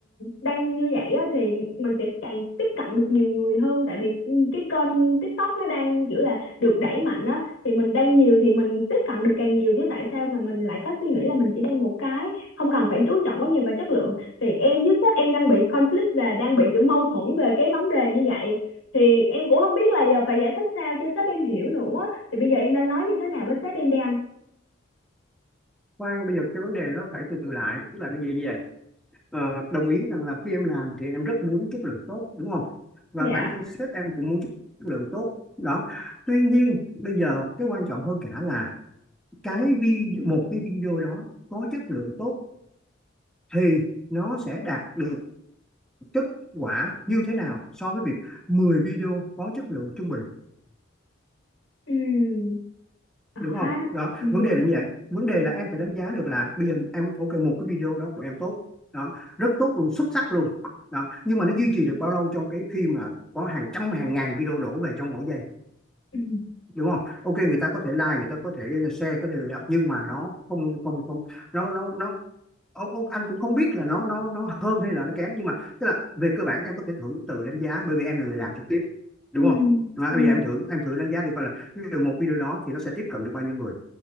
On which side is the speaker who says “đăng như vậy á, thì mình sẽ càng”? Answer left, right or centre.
Left